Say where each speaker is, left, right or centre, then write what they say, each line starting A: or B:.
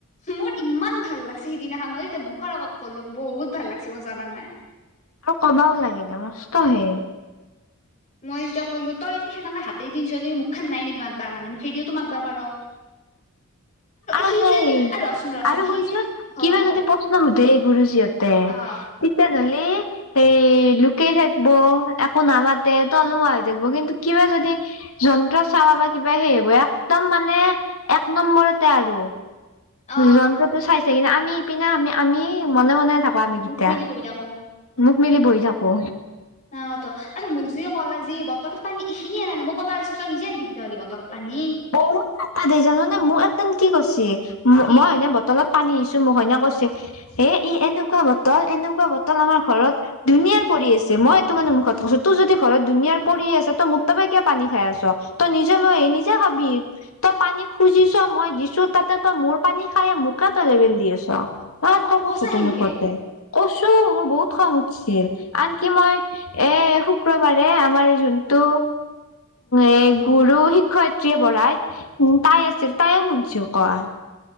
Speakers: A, on the left (about 35°); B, on the left (about 75°).
A: মোৰ ইমান ভাল লাগিছে সিদিনাখন মইতিয়া মুখৰ আগত ক'লো বহুত ভাল লাগিছে মই জানা নাই।
B: আৰু কবাও লাগিল মস্ত হে।
A: মই যেতিয়া কলো তই যে সেনেকে হাতে দিছ মুখ খান নাই নেকি মাতব কাৰণে মুখেদিও ত মাতবা পাৰ। <inaudible>
B: আৰু
A: সি
B: সেই
A: যে আৰু ৰচোন ৰচোন
B: আৰু
A: সি
B: শুনচোন
A: যে হৌ
B: কিবা
A: হৌ
B: যদি প্ৰশ্ন সুধে গুৰুজীহতে,
A: অ
B: তেতি হ'লি এই লুোকেই থাকিব একো নামাতে, তলম হৈ থাকিব কিন্তু কিবা যদি যন্ত্ৰ চাবা বা কিবা সেই হব একদম মানে এক নম্বৰতে আৰু,
A: অ
B: জন্তুটো চাইছে কিন্তু আমি ইপিনে আমি আমি মনে মনে থাকো আমি কেইটা।
A: মুখ মেলি বহি থাকো
B: মোক মিলি বহি থাকো।
A: অ ত আৰু মোক যি কলাি বলত পানী এইখিনি আনালে মই ক'বা আছিলো তই নিজে আনিবি তেতিয়াহ'লে তৰ পানী।
B: <inaudible> ন কি কৈছে
A: কি
B: মই এনে বটলত পানী দিছোঁ মোকনে কৈছে হেই ই এনেকুৱা বটল এনেকুৱা বটল আমাৰ ঘৰত ধুনীয়াৰ পৰি আছে মই এইটো কাৰণে মুখত কৈছো তোৰ যদি ঘৰত ধুনীয়াৰ পৰি আছে তই ম তাপে কিয় পানী খাই আছ। ত নিজ নিজে খাবি তই পানী খুজিছ মই দিছোঁ তাতে তই মোৰ পানী খাই মোক কাক তাই লেবেল দি আছ, মাই সেনকে
A: সঁচা
B: কৈছোঁ
A: সেনকে
B: তো মুখতে। কৈছোঁ মোৰ বহুত খং উঠছিল আনকি মই এই শুক্ৰবাৰে আমাৰ যোনটো এ গুৰু শিক্ষয়ত্ৰীয়ে পঢ়াই উম, তাই আছিল তাই শুনছি কোৱা।